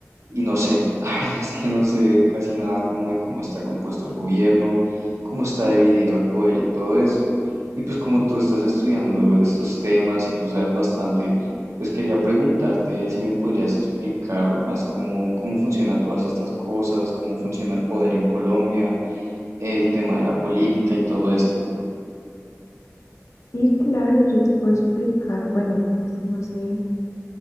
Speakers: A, on the right; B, on the left.
A: Y no sé, <laughs> la verdad es que no sé casi nada como de cómo está compuesto el gobierno, cómo está dividido el poder y todo eso. Y pues como tú estás estudiando estos temas y tú sabes bastante, pues quería preguntarte si me podrías explicar más cómo, cómo funcionan todas estas cosas, cómo funciona el poder en Colombia, el tema de la política y todo esto.
B: Sí, claro, yo te puedo explicar, bueno, pues no sé